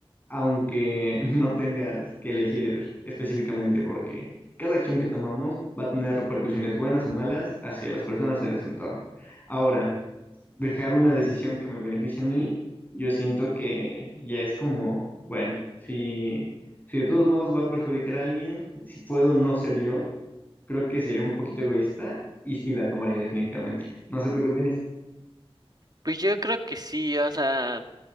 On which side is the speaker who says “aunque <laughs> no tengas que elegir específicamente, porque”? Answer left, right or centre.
Left